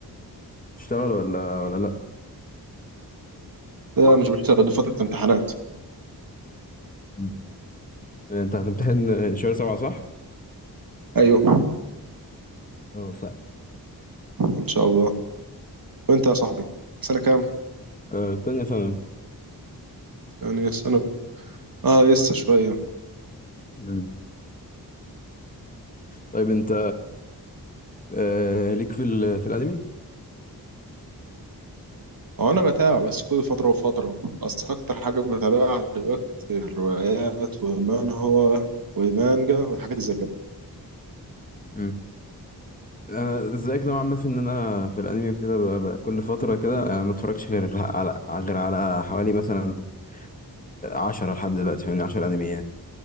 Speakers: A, on the left (about 20°); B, on the right (about 65°).
A: بتشتغل ولا ولا لأ؟
B: لا مش بشتغل دي فترة امتحانات
A: مم. انت هتمتحن شهر سبعة صح؟
B: أيوه
A: اه ف
B: إن شاء الله وأنت يا صاحبي سنة كام؟
A: آه، تانية ثانوي
B: يعني ثانوي آه لسه شوية
A: مم. طيب انت آه، ليك في ال... في الأنمي؟
B: هو أنا بتابع بس كل فترة وفترة أصل أكتر حاجة بتابعها دلوقتي الروايات ومن هو والمانجا والحاجات زي كده
A: مم. انا زيك نوعا ما في ان انا في الانمي وكده ب- ب- كل فتره كده انا ما اتفرجش غير على غير على حوالي مثلا عشرة لحد دلوقتي فاهمني عشر انميات